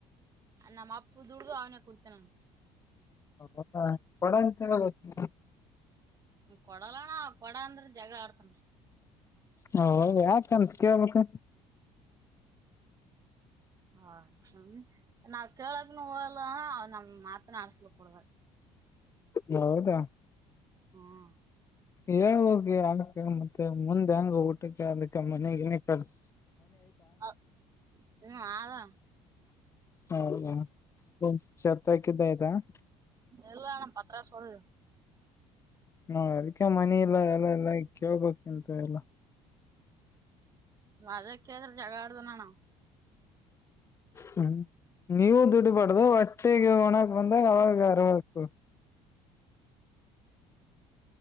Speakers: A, on the right; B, on the left.
A: ನಮ್ಮ ಅಪ್ಪ ದುಡುದ್ ಅವನೆ ಕೊಡ್ತನ
B: ವಪ <unintelligible> ಪಡಂತಂತ
A: ಕೊಡಲಾ ಅಣ್ಣ ಕೊಡ್ ಅಂದ್ರೆ ಜಗಳ ಆಡ್ತಾನೆ.
B: ಹೌದ ಯಾಕಂತ್ ಕೇಳಬೇಕ್ಕತ್ತು
A: ಹ ಹ ನಾವ್ ಕೇಳಕ್ನು ಒಲ್ಲ ಅವ ನಮ್ ಮಾತನ್ ಆಡ್ಸ್ಲ ಕೂಡ್ದ
B: ಯಾವುದ
A: ಹ್ಮ
B: ಹೇಳ್ ಹೋಗಿ ಆಕ ಮತ್ತೆ ಮುಂದ್ ಹೆಂಗ ಊಟಕ್ಕೆ ಅದಕ್ಕೆ ಮನೆಗ್ ಏನಕ್ ಕರ್ಸ
A: ಹ ಹ್ಮ್ ಆದ <unintelligible>
B: ಹೌದ ಹ ಚತ್ತಕ್ಕಿದ್ದಯದಾ <unintelligible>
A: ಇಲ್ಲ ಅಣ್ಣ ಪತ್ರ ಸೊಡದು
B: ಹಾ ಅದಕ್ಕೆ ಮನಿ ಇಲ್ಲ ಎಲ್ಲ ಎಲ್ಲ ಕೇಳ್ಬೇಕಿಂತೆ ಎಲ್ಲ
A: ಆದೆ ಕೇಳಿದ್ರೆ ಜಗಳ ಆಡ್ದನ ಅಣ್ಣ
B: ಹ್ಮ್ ನೀವು ದುಡ್ಡುಬಾರ್ದು ಹೊಟ್ಟೆಗೆ ಒಣಕ್ ಬಂದಾಗ ಅವಾಗ ಆರವ್ ಹೋಕ್
A: <unintelligible>